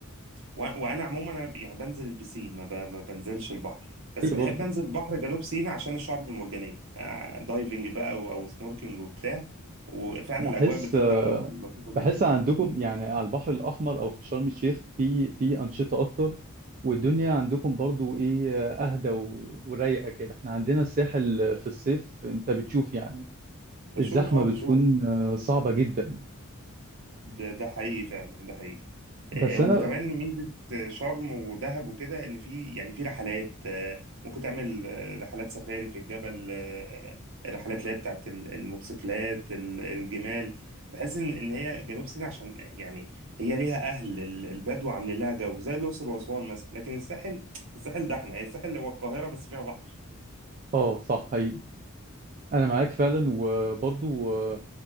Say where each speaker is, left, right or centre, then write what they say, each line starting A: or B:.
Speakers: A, on the right (about 60°); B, on the right (about 35°).
A: و... وانا عموما أنا يعني بنزل البسين ما, ب... ما بنزلش البحر بس بحب
B: برضه
A: انزل بحر جنوب سيناء عشان الشعب المرجانية آه، دايفنج بقى او, أو سنوركينج وبتاع وفعلا
B: بحس
A: الاجواء بتبقى لطيفة جدا
B: بحس عندكم يعني على البحر الأحمر أو في شرم الشيخ في في أنشطة أكتر والدنيا عندكم برضو إيه أهدى و- ورايقة كده إحنا عندنا الساحل في الصيف أنت بتشوف يعني
A: بشوف
B: الزحمة
A: اه
B: بتكون
A: بشوف
B: آه، صعبة جدا
A: ده ده حقيقي فعلا ده حقيقي
B: بس
A: آه، وكمان
B: أنا
A: ميزة شرم ودهب وكده إن في يعني في رحلات آه، ممكن تعمل آه، رحلات سفاري في الجبل آه، الرحلات اللي هي بتاعت ال- الموتوسيكلات ال- الجمال فحس إن إن هي جنوب سيناء عشان يعني هي ليها أهل ال- البدو عاملين لها جو زي الأقصر وأسوان مثلا لكن الساحل الساحل ده إحنا هي الساحل هو القاهرة بس فيها بحر
B: آه صح حقيقي أنا معاك فعلا وبرضو آه،